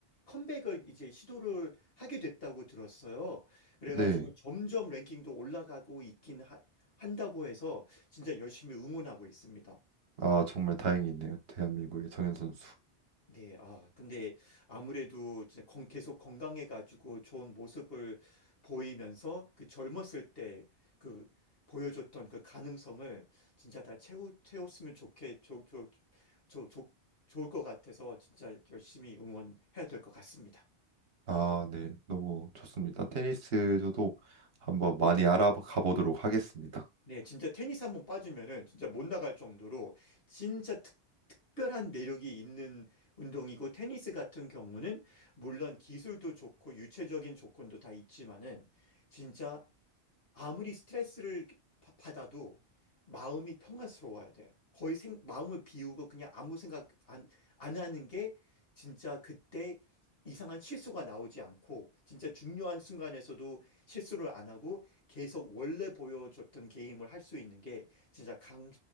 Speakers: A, on the left; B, on the right.
A: 컴백을 이제 시도를 하게 됐다고 들었어요. 그래가지고
B: 네.
A: 점점 랭킹도 올라가고 있긴 하, 한다고 해서 진짜 열심히 응원하고 있습니다.
B: 아, 정말 다행이네요. 대한민국의 정현 선수.
A: 네, 아, 근데 아무래도 진짜 건- 계속 건강해가지고 좋은 모습을 보이면서 그 젊었을 때 그 보여줬던 그 가능성을 진짜 다 채우, 채웠으면 좋게, 좋, 좋, 좋, 좋, 좋을 것 같아서 진짜 열심히 응원해야 될 것 같습니다.
B: 아, 네. 너무 좋습니다. 테니스 저도 한번 많이 알아가 보도록 하겠습니다.
A: 네, 진짜 테니스 한번 빠지면은 진짜 못 나갈 정도로 진짜 특, 특별한 매력이 있는 운동이고 테니스 같은 경우는 물론 기술도 좋고 유체적인 조건도 다 있지만은 진짜 아무리 스트레스를 바- 받아도 마음이 평안스러워야 돼요. 거의 생, 마음을 비우고 그냥 아무 생각 안, 안 하는 게 진짜 그때 이상한 실수가 나오지 않고 진짜 중요한 순간에서도 실수를 안 하고 계속 원래 보여줬던 게임을 할 수 있는 게 진짜 강,